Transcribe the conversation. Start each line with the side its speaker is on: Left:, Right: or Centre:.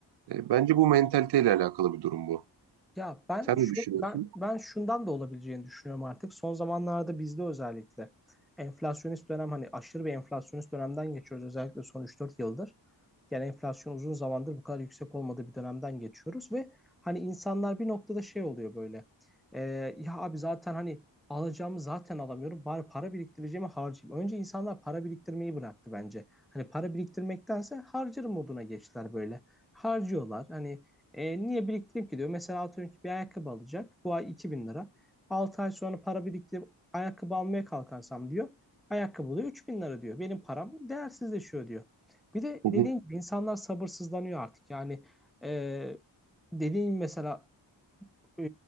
Right: E, bence bu mentaliteyle alakalı bir durum bu.
Centre: Ya ben
Right: Sen
Centre: şu
Right: ne düşünüyorsun?
Centre: ben ben şundan da olabileceğini düşünüyorum artık. Son zamanlarda bizde özellikle enflasyonist dönem hani aşırı bir enflasyonist dönemden geçiyoruz özellikle son üç dört yıldır. Yani enflasyon uzun zamandır bu kadar yüksek olmadığı bir dönemden geçiyoruz ve hani insanlar bir noktada şey oluyor böyle. Ee, ya abi zaten hani alacağımı zaten alamıyorum. Bari para biriktireceğimi harcayayım. Önce insanlar para biriktirmeyi bıraktı bence. Hani para biriktirmektense harcarım moduna geçtiler böyle. Harcıyorlar. Hani e, niye biriktireyim ki diyor. Mesela atıyorum ki bir ayakkabı alacak. Bu ay 2000 lira. altı ay sonra para biriktirip ayakkabı almaya kalkarsam diyor. Ayakkabı da 3000 lira diyor. Benim param değersizleşiyor diyor. Bir de
Right: Hı
Centre: dediğin
Right: hı,
Centre: gibi insanlar sabırsızlanıyor artık. Yani e, dediğin mesela e,